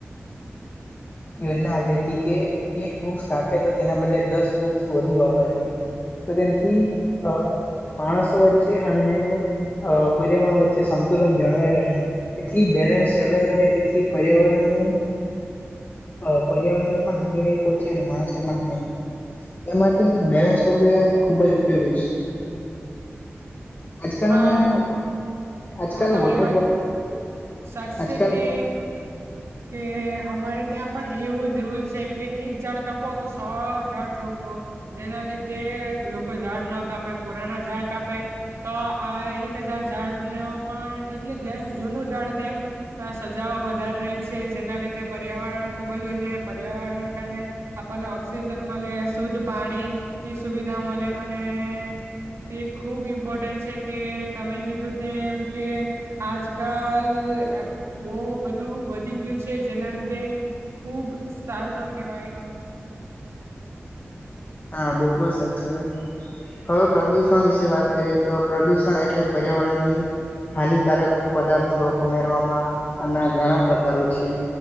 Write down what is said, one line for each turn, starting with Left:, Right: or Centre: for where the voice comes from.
Left: યોજના આવી હતી કે એક વૃક્ષ કાપે તો તેના બદલે દસ વૃક્ષ વધુ વાવા જોઈએ તો તેથી અ માણસો વચ્ચે અને અ પર્યાવરણ વચ્ચે સંતુલન જળવાઈ રહે તેથી બેલેન્સ જળવાય રહે તેથી પર્યાવરણનું અ પર્યાવરણને પણ હાનિ ન પહોંચે અને માણસને પણ હાનિ ના પોંચે એ માટે બેલેન્સ કરવું એમ ખુબ જ ઉપયોગી છે. આજકાલના
Right: હા
Left: આજકાલ
Right: હા તમારી
Left: વોટર
Right: વાત
Left: પંપ
Right: સાશી
Left: આજકાલ
Right: છે કે કે અમારે ત્યાં પણ એવું જ રૂલ છે કે એક ઝાડ કાપો તો સો ઝાડ રોપો જેના લીધે લોકો ઝાડ ન કાપે પુરાના ઝાડ કાપે તો આ એક હજાર ઝાડ નો પણ એટલે જેમ જૂનું ઝાડ તેમ સજાઓ વધારી રહી છે જેના લીધે પર્યાવરણ ખુબ જ વધી પર્યાવરણને કારણે આપણને ઓક્સિજન મળે શુદ્ધ પાણી ની સુવિધા મળે અને તે ખૂબ ઈ ઇમ્પોર્ટન્ટ છે કે તમે કીધું તેમ કે આજકાલ બો બધું વધી ગયું છે જેના લીધે ખુબ સારું ના કહેવાય.
Left: હા બિલકુલ સાચી વાત હવે પ્રદુષણ વિશે વાત કરીએ તો પ્રદુષણ એટલે પર્યાવરણની હાનિકારક પદાર્થો ઉમેરવામાંના ઘણા પ્રકારો છે